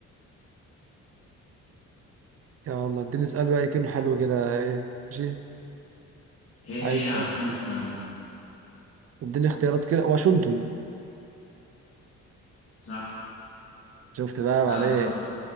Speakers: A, on the right; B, on the left.
A: يلا اديني سؤال بقى يكون حلو كده ايه ماشي
B: إيه
A: عايز
B: هي عاصمة
A: سؤال حلو
B: كندا؟
A: اديني اختيارات كده واشنطن
B: صح
A: شفت بقى
B: لا
A: عليك
B: غلط